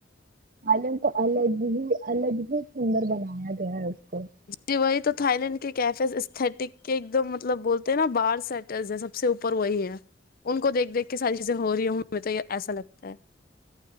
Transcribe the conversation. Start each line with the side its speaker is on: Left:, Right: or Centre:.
Right: عالم کو الگ ہی الگ ہی سندر بنایا گیا ہے اس کو ہم
Left: جی وہی تو تھائی لینڈ کے کیفے اسٹک کے ایک دم مطلب بولتے ہیں نا بارر سیٹرز ہیں سب سے اوپر وہی ہے ان کو دیکھ دیکھ کے ساری چیزیں ہو رہی ہوں میں تو یہ ایسا لگتا ہے